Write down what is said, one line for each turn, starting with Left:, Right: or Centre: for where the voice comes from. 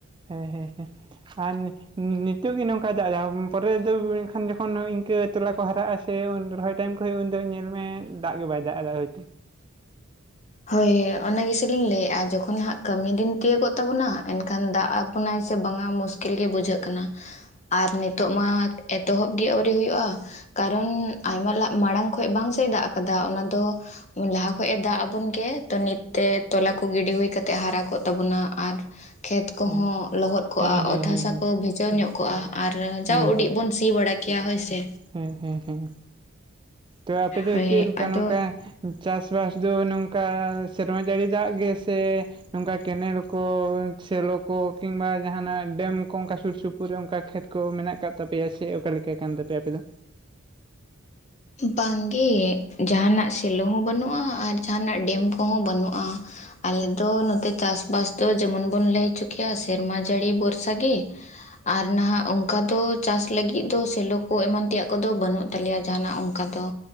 Right: ᱦᱮᱸ ᱦᱮᱸ ᱦᱮᱸ ᱟᱨ ᱱᱤᱛᱚᱜ ᱜᱮ ᱱᱚᱝᱠᱟᱭ ᱫᱟᱜᱟ ᱯᱚᱨᱮ ᱫᱚ ᱮᱝᱠᱷᱟᱱ ᱡᱚᱠᱷᱚᱱ ᱤᱱᱠᱟᱹ ᱛᱚᱞᱟ ᱠᱚ ᱦᱟᱨᱟᱜᱼᱟ ᱥᱮ ᱩᱱᱫᱚᱨᱚᱦᱚᱭ ᱴᱟᱭᱤᱢ ᱠᱷᱚᱱᱚᱡ ᱩᱱ ᱫᱚ ᱧᱮᱞ ᱢᱮ ᱫᱟᱜ ᱜᱮ ᱵᱟᱭ ᱫᱟᱜ ᱮᱫᱟ ᱦᱳᱭᱛᱚ
Left: ᱦᱳᱭ ᱚᱱᱟ ᱜᱮᱥᱮ ᱞᱤᱧ ᱞᱟᱹᱭᱮᱫᱼᱟ ᱡᱚᱠᱷᱚᱱ ᱦᱟᱸᱜ ᱠᱟᱹᱢᱤ ᱫᱤᱱ ᱛᱤᱭᱳᱟᱹᱜᱚᱜ ᱛᱟᱵᱚᱱᱟ ᱮᱱᱠᱷᱟᱱ ᱫᱟᱜ ᱟ ᱵᱚᱱᱟᱭ ᱥᱮ ᱵᱟᱝᱟ ᱢᱩᱥᱠᱤᱞ ᱜᱮ ᱵᱩᱡᱷᱟᱹᱜ ᱠᱟᱱᱟ ᱟᱨ ᱱᱤᱛᱚᱜ ᱢᱟ ᱮᱛᱚᱦᱚᱵ ᱜᱮ ᱟᱹᱣᱨᱤ ᱦᱩᱭᱩᱜᱼᱟ ᱠᱟᱨᱚᱱ ᱟᱭᱢᱟ ᱢᱟᱲᱟᱝ ᱠᱷᱚᱡ ᱵᱟᱝᱥᱮᱭ ᱫᱟᱜ ᱟᱠᱟᱫᱟ ᱚᱱᱟ ᱫᱚ ᱞᱟᱦᱟ ᱠᱷᱚᱱᱚᱡ ᱮ ᱫᱟᱜ ᱵᱚᱱ ᱢᱮᱛᱟᱭ, ᱛᱚ ᱱᱤᱛᱛᱮ ᱛᱚᱞᱟ ᱠᱚ ᱜᱤᱰᱤ ᱦᱩᱭ ᱠᱟᱛᱮ ᱦᱟᱨᱟ ᱠᱚᱜ ᱛᱟᱵᱚᱱᱟ ᱟᱨ ᱠᱷᱮᱛ ᱠᱚᱦᱚᱸ
Right: ᱦᱮᱸ
Left: ᱞᱚᱦᱚᱫ ᱠᱚᱜᱼᱟ
Right: ᱦᱮᱸ ᱦᱮᱸ
Left: ᱚᱛ
Right: ᱦᱮᱸ
Left: ᱦᱟᱥᱟ
Right: ᱦᱮᱸ
Left: ᱠᱚ ᱵᱷᱤᱡᱟᱹᱣ ᱧᱚᱜ ᱠᱚᱜᱼᱟ ᱟᱨ
Right: ᱦᱮᱸ
Left: ᱡᱟᱣ
Right: ᱦᱮᱸ ᱦᱮᱸ
Left: ᱩᱰᱤᱡ ᱵᱚᱱ ᱥᱤ ᱵᱟᱲᱟ ᱠᱮ ᱠᱮᱭᱟ ᱦᱳᱭ ᱥᱮ
Right: ᱦᱮᱸ ᱦᱮᱸ ᱦᱮᱸ ᱛᱚ ᱟᱯᱮ ᱫᱚ
Left: ᱦᱳᱭ
Right: ᱪᱮᱫ ᱞᱮᱠᱟ
Left: ᱟᱫᱚ
Right: ᱱᱚᱝᱠᱟ ᱪᱟᱥ-ᱵᱟᱥ ᱫᱚ ᱱᱚᱝᱠᱟ ᱥᱮᱨᱢᱟ ᱡᱟᱹᱲᱤ ᱫᱟᱜ ᱜᱮ ᱥᱮ ᱱᱚᱝᱠᱟ ᱠᱮᱱᱮᱞ ᱠᱚ ᱥᱮᱞᱚ ᱠᱚ ᱠᱤᱢᱵᱟ ᱡᱟᱦᱱᱟᱜ ᱰᱮᱢ ᱠᱚ ᱚᱱᱠᱟ ᱥᱩᱨ ᱥᱩᱯᱩ ᱯᱩᱨ ᱨᱮ ᱚᱱᱠᱟ ᱠᱷᱮᱛ ᱠᱚ ᱢᱮᱱᱟᱜ ᱟᱠᱟᱫ ᱛᱟᱯᱮᱭᱟ ᱥᱮ ᱚᱠᱟᱞᱮᱠᱟ ᱠᱟᱱ ᱛᱟᱯᱮᱭᱟ ᱟᱯᱮ ᱫᱚ
Left: ᱵᱟᱝᱜᱮ ᱡᱟᱦᱟᱱᱟᱜ ᱥᱮᱞᱚ ᱦᱚᱸ ᱵᱟᱹᱱᱩᱜᱼᱟ ᱟᱨ ᱡᱟᱦᱟᱱᱟᱜ ᱰᱮᱢ ᱠᱚᱦᱚᱸ ᱵᱟᱹᱱᱩᱜᱼᱟ ᱟᱞᱮ ᱫᱚ ᱱᱚᱛᱮ ᱪᱟᱥᱵᱟᱥ ᱫᱚ ᱡᱮᱢᱚᱱ ᱵᱚᱱ ᱞᱟᱹᱭ ᱦᱚᱪᱚ ᱠᱮᱭᱟ ᱥᱮᱨᱢᱟ ᱡᱟᱹᱲᱤ ᱵᱚᱨᱥᱟ ᱜᱮ ᱟᱨ ᱱᱟᱦᱟᱜ ᱚᱱᱠᱟ ᱫᱚ ᱪᱟᱥ ᱞᱟᱹᱜᱤᱫ ᱫᱚ ᱥᱮᱞᱚ ᱠᱚ ᱮᱢᱟᱱ ᱛᱮᱭᱟᱜ ᱠᱚᱫᱚ ᱵᱟᱹᱱᱩᱜ ᱛᱟᱞᱮᱭᱟ ᱡᱟᱦᱟᱱᱟᱜ ᱚᱱᱠᱟ ᱫᱚ